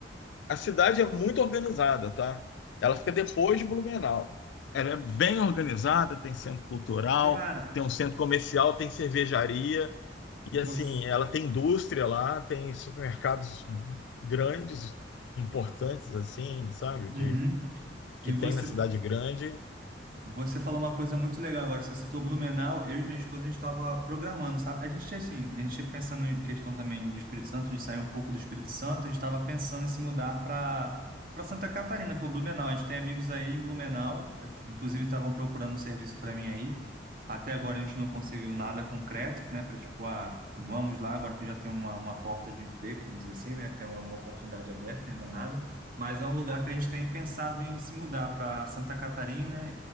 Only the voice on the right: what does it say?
Cara,
você.
Uhum.
E
você
Você falou uma coisa muito legal agora, você citou Blumenau, eu e minha esposa a gente estava programando, sabe? A gente assim, a gente pensando em questão também de Espírito Santo, de sair um pouco do Espírito Santo, a gente estava pensando em se mudar para para Santa Catarina, para Blumenau. A gente tem amigos aí em Blumenau, eh, inclusive estavam procurando um serviço para mim aí. Até agora a gente não conseguiu nada concreto, né? Para tipo, ah, vamos lá agora que já tem uma, uma porta de emprego, vamos dizer assim, né? Tem uma, uma oportunidade aberta, ainda nada mas é um lugar que a gente tem pensado em se mudar para Santa Catarina